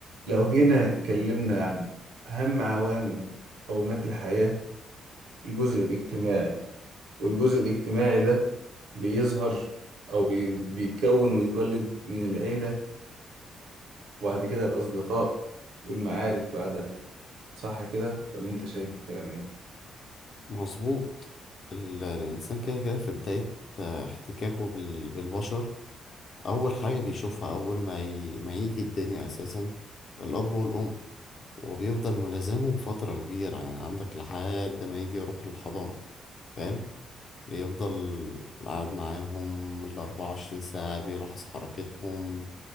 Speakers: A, on the right (about 85°); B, on the left (about 55°).
A: لو جينا اتكلمنا عن أهم عوامل مقومات الحياة الجزء الاجتماعي والجزء الاجتماعي ده بيظهر أو بي- بيتكون ويتولد من العيلة وبعد كده الأصدقاء والمعارف بعدها صح كده ولا أنت شايف الكلام إيه؟
B: مظبوط ال- الإنسان كده كده في بداية آه، احتكاكه بال- بالبشر أول حاجة بيشوفها أول ما, ي... ما يجي الدنيا أساسا الأب والأم وبيفضل ملازمهم فترة كبيرة يعني عندك لحد ما يجي يروح الحضانة فاهم بيفضل قاعد معاهم الأربعة وعشرين ساعة بيلاحظ حركتهم